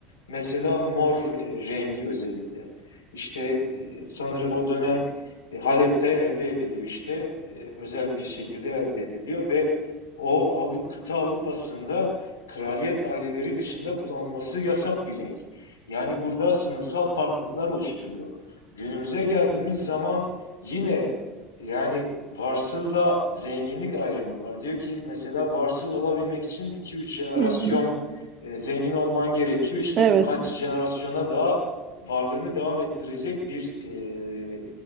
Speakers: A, on the left (about 85°); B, on the right (about 45°).
A: Mesela mor e, rengi özellikle. İşte e, sanırım o dönem e, Halep'te elde ediliyor işte. E, özel bir şekilde elde ediliyor ve o Avru- kıta Avrupa'sında kraliyet aileleri dışında kullanılması yasak bir renk. Yani burada sınıfsal farklılıklar oluşturuyor. Günümüze geldiğimiz zaman yine yani varsılla zenginlik ayrımı var. Diyor ki mesela varsıl olabilmek için iki üç jenerasyon
B: Hı hı.
A: e, zengin olman gerekiyor. İşte
B: Evet.
A: birkaç jenerasyona daha varlığını devam ettirecek bir e,